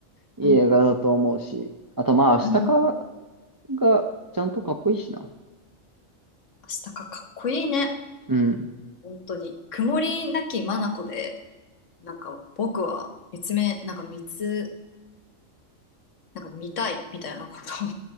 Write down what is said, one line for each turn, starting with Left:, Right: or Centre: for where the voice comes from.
Right: いい映画だと思うし、
Left: うん、
Right: あとまあ、明日か
Left: うん。
Right: がちゃんとかっこいいしな。
Left: 明日かかっこいいね。
Right: うん。
Left: 本当に。曇りなき眼で、なんか僕は見つめ、なんか見つ、なんか見たいみたいなことを